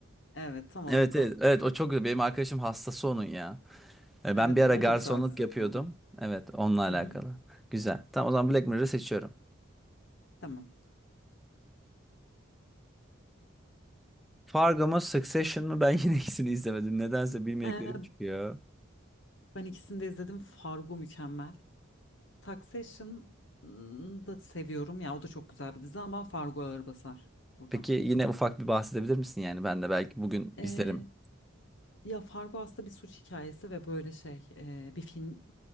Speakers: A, on the left (about 65°); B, in the centre.
A: Evet tam olarak
B: Evet evet.
A: o.
B: Evet o çok güzel. Benim arkadaşım hastası onun ya. E,
A: Evet
B: Ben bir ara
A: o
B: garsonluk
A: da güzel dizi
B: yapıyordum.
A: bu arada.
B: Evet onunla alakalı.
A: Hı hı,
B: Güzel. Tamam o zaman Black Mirror'ı seçiyorum.
A: tamam.
B: Fargo mu Succession mı? Ben yine <laughs> ikisini izlemedim. Nedense bilmediklerim
A: Ee,
B: çıkıyor.
A: ben ikisini de izledim. Fargo mükemmel. Succession'ı da seviyorum ya o da çok güzel bir dizi ama Fargo ağır basar burada.
B: Peki yine ufak bir bahsedebilir misin yani? Ben de belki bugün
A: Ee,
B: izlerim.
A: ya Fargo aslında bir suç hikayesi ve böyle şey e, bir film